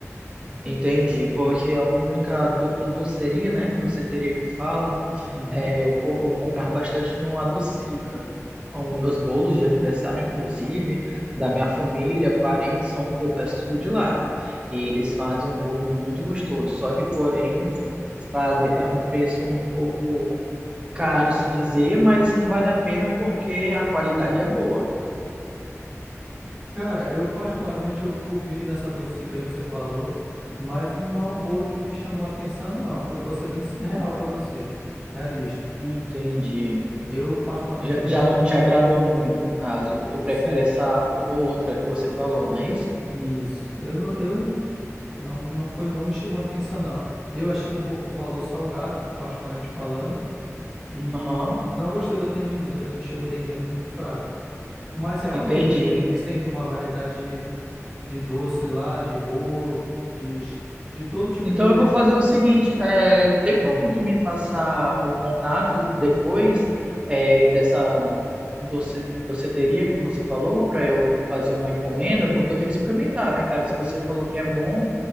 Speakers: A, on the right; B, in the centre.
A: Entendi, porque a única do, a doceria, né? Doceteria que fala
B: Uhum,
A: É, eu, co- eu comprava bastante no Adocica. Os
B: uhum,
A: meus bolos de aniversário, inclusive, da
B: uhum,
A: minha família, parentes, são, eu peço tudo de lá. E eles fazem um bolo muito gostoso. Só que, porém, sabe,
B: uhum.
A: é um preço um pouco caro se dizer, mas que vale a pena porque a qualidade é boa.
B: Cara, eu, particularmente, eu comi nessa docica aí que você falou, mas não é um bolo que me chamou a atenção, não. Pra eu ser bem real pra você, realista.
A: Entendi.
B: Eu, particularmente,
A: Já,
B: não
A: já
B: gostei.
A: não te agradou muito, no caso. Tu prefere
B: Sim,
A: essa o- outra que você falou, não é isso?
B: isso. Eu não, eu não. Não, não foi, não me chamou atenção, não. Eu achei um pouco o valor salgado, particularmente falando, e
A: Aham,
B: não gostei do atendimento. Eu achei o atendimento muito fraco. Mas realmente
A: entendi.
B: eles têm, eles têm uma variedade de, de doce lá, de bolo, de, de todo tipo
A: Então
B: de
A: eu vou fazer o seguinte, é, tem
B: mesmo.
A: como tu me passar o contato depois é, dessa doce, doceteria que você falou para eu fazer uma encomenda, porque eu tenho que experimentar, né, cara? Se você falou que é bom,